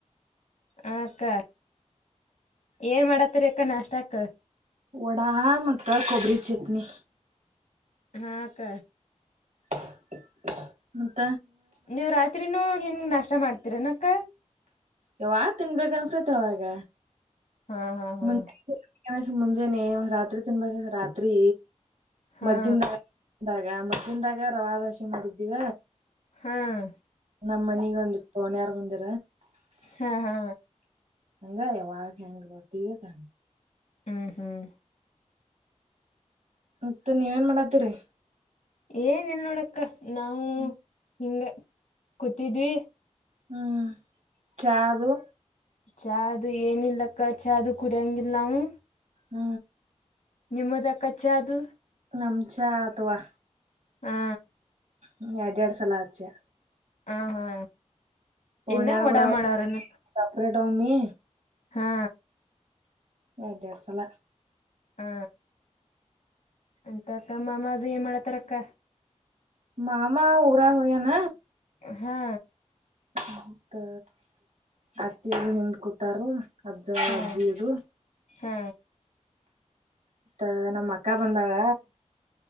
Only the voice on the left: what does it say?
ಅಕ್ಕ ಏನ್ ಮಾಡತ್ತರಿ ಅಕ್ಕ ನಾಷ್ಟ ಅಕ್ಕ
ಹಾಕ್ಕ
ನೀವ್ ರಾತ್ರಿನೂ ಹೆಂಗ ನಾಷ್ಟ ಮಾಡ್ತೀರನಕ್ಕ
ಹಾ ಹಾ ಹಾ
ಹಾ
ಹಾಂ
ಹಾ ಹಾ
ಹ್ಮ್ ಹ್ಮ್
ಏನ್ ಇಲ್ ನೋಡಕ್ಕ ನಾ
ಹಿಂಗ ಕೂತಿದ್ವಿ
ಚದು ಏನಿಲ್ಲಕ್ಕ ಚಾದು ಕುಡಿಯಂಗಿಲ್ಲ ನವು
ನಿಮ್ಮದಕ ಚ್ಚ ಅದು
ಹಾ
ಹ ಹಾ
ಇನ್ನ ವಡಾ
ಮಾಡವ್ರನ್ನ
ಹಾ
ಹಾ ಎಂತ ಅಕ್ಕ ಮಾಮದು ಏನ್ ಮಾಡತಾರ ಅಕ್ಕ
ಹಾ
ಹಾ
ಹಾ